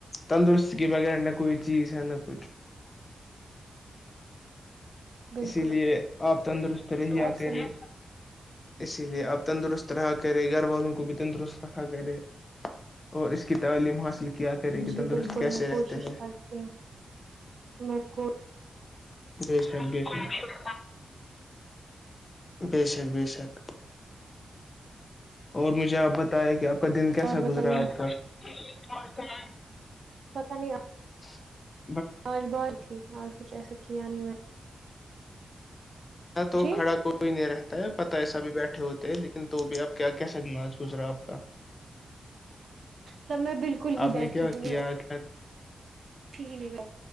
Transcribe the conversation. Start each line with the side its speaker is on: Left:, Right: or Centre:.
Left: تندرستی کے بغیر نہ کوئی چیز ہے نہ کچھ
Right: بالکل
Left: اسی لیے آپ تندر رہ ہی آتے
Right: آپ صحیح
Left: رہے اسی لیے آپ تندرست رہا کرے گھر والوں کو بھی تندرست رکھا کرے اور اس کی تعلیم حاصل کیا کرے کہ
Right: جی
Left: تندرست
Right: بالکل
Left: کیسے
Right: میں کوشش
Left: رہتے ہیں
Right: کرتی ہوں میں کو
Left: بس بس ہےک ب شک بشک اور مجھے آپ بتایا کہ آپ <inaudible> آ کا دن کیسا
Right: اور بتائیے
Left: گزرا ہے آج کال
Right: پتا نہیں
Left: <inaudible>
Right: <unintelligible> آج تھی آج کچھ ایسے کیا نہیں میں
Left: تو
Right: جی
Left: کھڑا کوئی نہیں رہ <unintelligible> ہیں پتا ایسا بھی بیٹھے ہوتے ہیں لیکن تو بھی اب کیا کیسا نمااز گزرا آپ کا
Right: جب میں بالکل ہی
Left: آپ
Right: بیٹھی
Left: نے کیا
Right: تھی میں
Left: کیا کیا
Right: ٹھیک نہیں میں